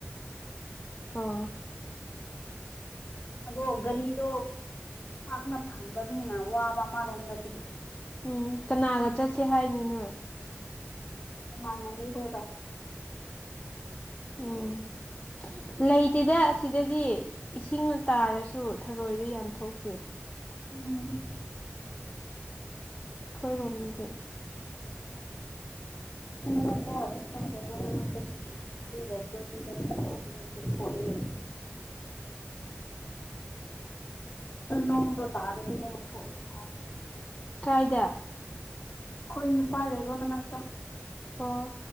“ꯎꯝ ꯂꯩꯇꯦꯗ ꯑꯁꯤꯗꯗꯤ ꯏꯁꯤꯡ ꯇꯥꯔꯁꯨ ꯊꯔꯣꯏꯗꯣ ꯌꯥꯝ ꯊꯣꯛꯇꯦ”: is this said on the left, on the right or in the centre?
Left